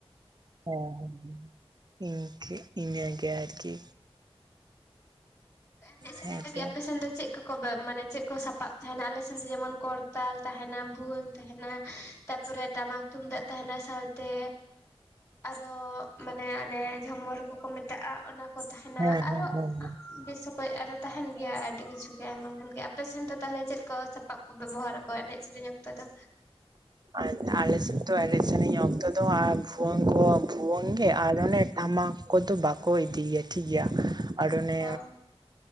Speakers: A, on the right; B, on the left.
A: ᱦᱮᱸ ᱦᱮᱸ᱾ ᱤᱱᱠᱟᱹ ᱤᱱᱟᱹ ᱜᱮ ᱟᱨᱠᱤ᱾
B: ᱮᱱᱮᱡ ᱥᱮᱨᱮᱧ
A: ᱦᱮᱸ
B: ᱞᱟᱹᱜᱤᱫ
A: ᱛᱚ
B: ᱟᱯᱮ ᱥᱮᱱ ᱫᱚ ᱪᱮᱫ ᱠᱚ? ᱠᱚ ᱵᱮ ᱢᱟᱱᱮ ᱪᱮᱫ ᱠᱚ ᱥᱟᱯ-ᱟᱯ ᱛᱟᱦᱮᱱᱟ ᱟᱞᱮ ᱥᱮᱱ ᱫᱚ ᱡᱮᱢᱚᱱ ᱠᱚᱨᱛᱟᱞ ᱛᱟᱦᱮᱱᱟ ᱵᱷᱩᱣᱟᱹᱝ ᱛᱟᱦᱮᱱᱟ ᱛᱟᱯᱚᱨᱮ ᱴᱟᱢᱟᱠ ᱛᱩᱢᱫᱟᱜ ᱛᱟᱦᱮᱱᱟ ᱥᱟᱶᱛᱮ ᱟᱨᱚ ᱢᱟᱱᱮ ᱚᱱᱮ ᱡᱷᱢᱚᱨ ᱠᱚᱠᱚ ᱢᱮᱛᱟᱜᱼᱟ ᱚᱱᱟ ᱠᱚ ᱛᱟᱦᱮᱱᱟ
A: ᱦᱮᱸ ᱦᱮᱸ
B: ᱟᱨᱚ
A: ᱦᱮᱸ
B: ᱵᱮᱥ ᱚᱠᱚᱡ ᱟᱨᱚ ᱛᱟᱦᱮᱱ ᱜᱮᱭᱟ ᱟᱹᱰᱤ ᱠᱤᱪᱷᱩ᱾ ᱜᱮ ᱟᱭᱢᱟ ᱜᱟᱱ ᱜᱮ ᱟᱯᱮ ᱥᱮᱱ ᱫᱚ ᱛᱟᱦᱚᱞᱮ ᱪᱮᱫ ᱠᱚ ᱥᱟᱯ-ᱟᱯ ᱠᱚ ᱵᱮᱵᱚᱦᱟᱨ ᱟᱠᱚ ᱮᱱᱮᱡ ᱥᱮᱨᱮᱧ ᱚᱠᱛᱚ ᱫᱚ?
A: ᱟᱨ ᱟᱞᱮ ᱥᱮᱫ ᱫᱚ ᱮᱱᱮᱡ ᱥᱮᱨᱮᱧ ᱚᱠᱛᱚ ᱫᱚ ᱟᱨ ᱵᱷᱩᱣᱟᱹᱝ ᱠᱚ ᱵᱷᱩᱣᱟᱹᱝ ᱜᱮ ᱟᱨ ᱚᱱᱮ ᱴᱟᱢᱟᱠ ᱠᱚᱫᱚ ᱵᱟᱠᱚ ᱤᱫᱤ ᱜᱮᱭᱟ ᱴᱷᱤᱠ ᱜᱮᱭᱟ᱾ ᱟᱲ ᱚᱱᱮ,
B: ᱦᱚᱸ